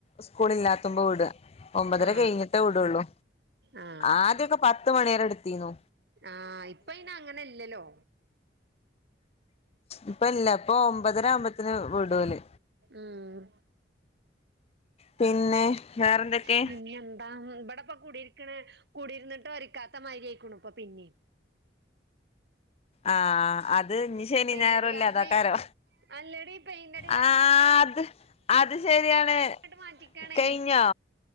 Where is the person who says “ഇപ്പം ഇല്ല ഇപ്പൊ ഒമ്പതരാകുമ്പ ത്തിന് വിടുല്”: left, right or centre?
Left